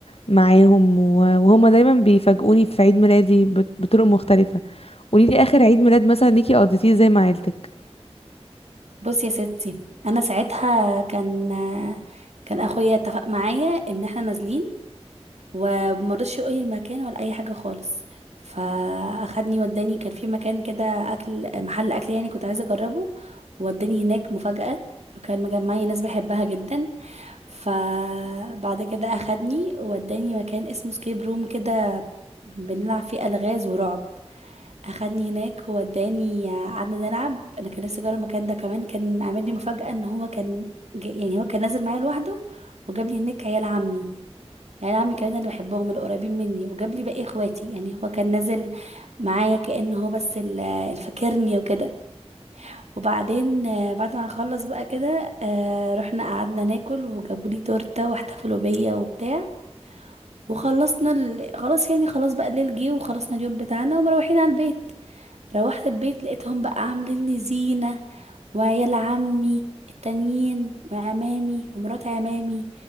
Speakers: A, on the left (about 60°); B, on the right (about 80°).
A: معاهم و- وهما دايما بيفاجئوني في عيد ميلادي بط- بطرق مختلفة قوليلي اخر عيد ميلاد مثلا ليكي قضيتيه زي مع عيلتك
B: بصي يا ستي انا ساعتها كان كان اخويا اتفق معايا ان احنا نازلين ومرضش يقولي المكان ولا اي حاجه خالص فاخدني وداني كان في مكان كده اكل محل اكل يعني كنت عايزه اجربه وداني هناك مفاجاه وكان مجمعي ناس بحبها جدا فبعد كده اخدني ووداني مكان اسمه سكيب روم كده بنلعب فيه الغاز ورعب اخدني هناك ووداني قعدنا نلعب انا كان نفسي اجرب المكان ده كمان كان عامل لي مفاجأة ان هو كان ج- يعني هو كان نازل معايا لوحده وجاب لي هناك عيال عمي عيال عمي كمان اللي بحبهم القريبين مني وجاب لي باقي اخواتي يعني هو كان نازل معايا كأنه هو بس اللي اللي فاكرني وكده وبعدين آه، بعد ما نخلص بقى كده آه، رحنا قعدنا ناكل وجابوا لي تورته واحتفلوا بيا وبتاع وخلصنا ال... خلاص يعني خلاص بقى الليل جه وخلصنا اليوم بتاعنا ومروحين على البيت روحت البيت لقيتهم بقى عاملين لي زينه وعيال عمي التانيين وعمامي ومرات عمامي